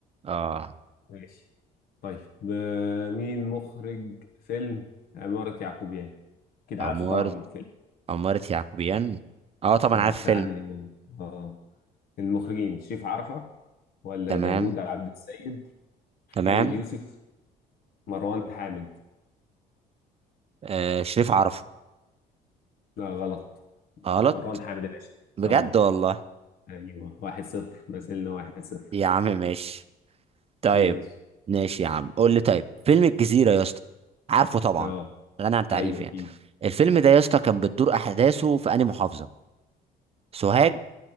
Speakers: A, on the right; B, on the left.
A: اه
B: ماشي طيب ب- مين مخرج فيلم عمارة يعقوبيان؟ كده
A: عمارة
B: عارفه طبعا
A: عمارة يعقوبيان اه طبعا
B: اه
A: عارف
B: بتاع
A: فيلم
B: عادل امام اه المخرجين شريف عرفة ولا
A: تمام
B: داوود عبد السيد
A: تمام
B: خالد يوسف مروان حامد
A: آه شريف عرفة
B: لا غلط
A: غلط
B: مروان حامد يا باشا
A: بجد
B: اه
A: والله
B: ايوه واحد صفر ما زلنا واحد صفر
A: يا عم ماشي طيب
B: ماشي
A: ماشي يا عم قول لي طيب فيلم الجزيرة يا اسطى عارفه طبعا
B: اه
A: غني عن تعريف
B: ايوه
A: يعني
B: اكيد
A: الفيلم ده يا اسطى كان بتدور احداثه في انهي محافظة سوهاج